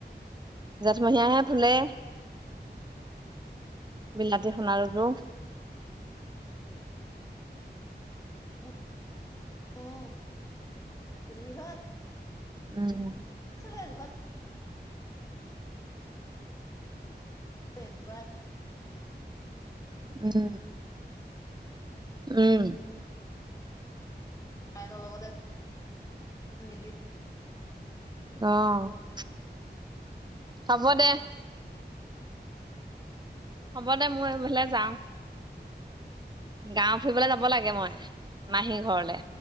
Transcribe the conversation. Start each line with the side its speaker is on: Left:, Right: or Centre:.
Right: জেঠমহীয়াহে ফুলে বিলাতী সোণাৰুতো
Left: <unintelligible>
Right: উম
Left: আছিলে এজোপা জুৱ
Right: উম, উম
Left: আতে ম
Right: অ
Left: আছিলে
Right: হ'ব দে হ'ব দে মই এইফালে যাওঁ গাঁও ফুৰিবলৈ যাব লাগে মই মাহী ঘৰলে